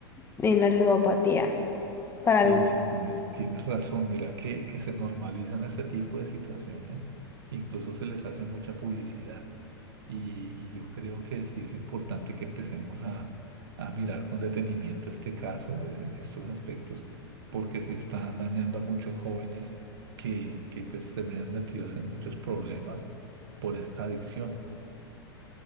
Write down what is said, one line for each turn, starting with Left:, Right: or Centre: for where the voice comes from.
Left: en la ludopatía. Para
Right: sí,
Left: el-
Right: sí, tienes, tienes razón. Mira que, que se normalizan este tipo de situaciones, incluso se les hace mucha publicidad. Y, y yo creo que sí es importante que empecemos a, a mirar con detenimiento este caso, eh, estos aspectos, porque sí están dañando a muchos jóvenes que, que pues terminan metidos en muchos problemas por esta adicción.